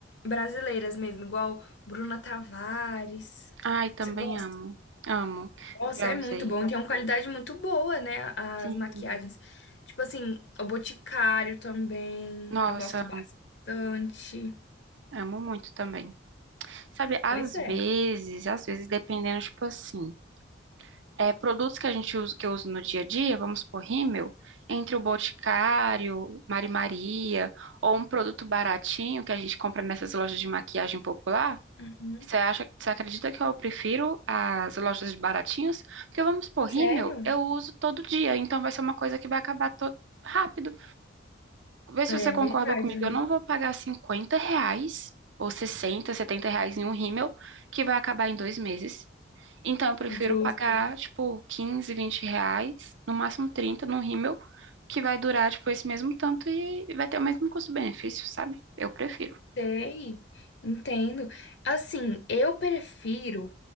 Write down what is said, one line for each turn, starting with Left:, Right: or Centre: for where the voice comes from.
Left: brasileiras mesmo, igual Bruna Tavares.
Right: Ai, também
Left: Você gosta?
Right: amo. Amo.
Left: Nossa,
Right: Já
Left: é
Right: usei.
Left: muito bom. Tem uma qualidade muito boa, né? As
Right: Sim.
Left: maquiagens. Tipo assim, o Boticário também.
Right: Nossa,
Left: Eu gosto bastante.
Right: amo muito também. Sabe, às
Left: Pois é.
Right: vezes, às vezes, dependendo, tipo assim, é, produtos que a gente usa, que eu uso no dia a dia, vamos supor, rímel, entre o Boticário, Mari Maria, ou um produto baratinho que a gente compra nessas lojas de maquiagem popular,
Left: Uhum.
Right: você acha, você acredita que eu prefiro as lojas de baratinhos? Porque vamos supor, rímel,
Left: Sério?
Right: eu uso todo dia, então vai ser uma coisa que vai acabar todo rápido. Vê se
Left: É
Right: você concorda
Left: verdade,
Right: comigo. Eu
Left: né?
Right: não vou pagar 50 reais ou 60, 70 reais em um rímel que vai acabar em dois meses. Então, eu prefiro
Left: Justo.
Right: pagar, tipo, 15, 20 reais, no máximo 30 num rímel que vai durar, tipo, esse mesmo tanto e vai ter o mesmo custo-benefício, sabe? Eu prefiro.
Left: Sei, entendo. Assim, eu prefiro